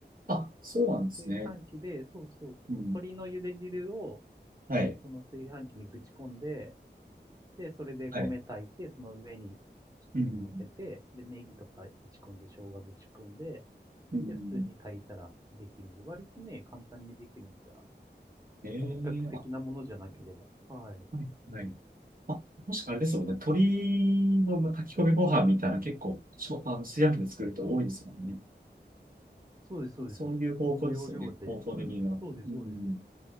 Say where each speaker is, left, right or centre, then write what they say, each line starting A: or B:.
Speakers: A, on the right (about 50°); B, on the right (about 20°).
A: あ、そうなんですね。
B: 炊飯器で、そうそうそう。
A: うん。
B: 鶏の茹で汁を、
A: はい。
B: その炊飯器にぶち込んで、で、それで米炊いて、
A: はい。
B: その上にチキン乗せて、
A: うん。
B: で、ネギとかぶち込んで、生姜ぶち込んで、
A: うん。
B: で、普通に炊いたらできるので、割とね、簡単にできるんですよ。
A: ええあ、
B: 本格的なものじゃなければ。はい。
A: はい。はい。あ、もしかあれですよね。鶏の炊き込みご飯みたいな結構、しょ、あの、炊飯器で作る人多いですもんね。
B: そうです、そうです。
A: そういう方向ですよね。
B: この要領で。
A: 方向的には。
B: うん、そうです、
A: うん。
B: そうです。